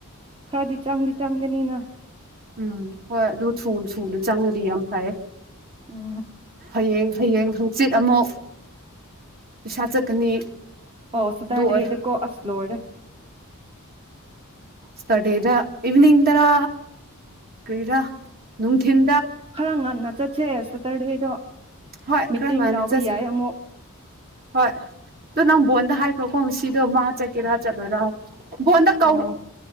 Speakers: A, on the right; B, on the right.
A: ꯈꯔꯗꯤ ꯆꯪꯗꯤ ꯆꯪꯒꯅꯤꯅ
B: ꯎꯝ ꯍꯣꯏ ꯑꯗꯨ ꯁꯨ ꯁꯨꯅ ꯆꯪꯉꯗꯤ ꯌꯥꯝ ꯐꯩ
A: ꯑ <unintelligible>
B: ꯍꯌꯦꯡ ꯍꯌꯦꯡ ꯍꯪꯆꯤꯠ ꯑꯃꯨꯛ ꯄꯩꯁꯥ ꯆꯠꯀꯅꯤ
A: ꯑꯣ ꯁꯤ
B: ꯑꯗꯨ
A: ꯇꯗꯦꯗꯀꯣ
B: ꯑꯣꯏ
A: ꯑꯁꯂꯣꯔꯦ
B: ꯁꯔꯗꯦꯗ ꯏꯚꯅꯤꯡ ꯇꯔꯥ ꯀ꯭ꯔꯤꯗꯥꯥ ꯅꯨꯡꯊꯤꯟ
A: ꯈꯔ ꯉꯟꯅ ꯆꯠꯁꯦ ꯁꯇꯔꯗꯦꯗꯣ
B: ꯍꯣꯏ
A: ꯃꯤꯇꯤꯡ
B: ꯈꯔ ꯉꯟꯅ
A: ꯇꯕ
B: ꯆꯠꯁꯦ
A: ꯌꯥꯏ ꯑꯃꯨꯛ
B: ꯍꯣꯏ ꯑꯣ ꯅꯪ ꯕꯣꯟꯗ ꯍꯥꯏꯈ꯭ꯔꯣꯀꯣ ꯁꯤꯗꯣ ꯃꯥ ꯆꯠꯀꯦꯔꯥ ꯆꯠꯂꯣꯏꯔꯥ ꯕꯣꯟꯗ ꯀꯧ
A: ꯑꯣ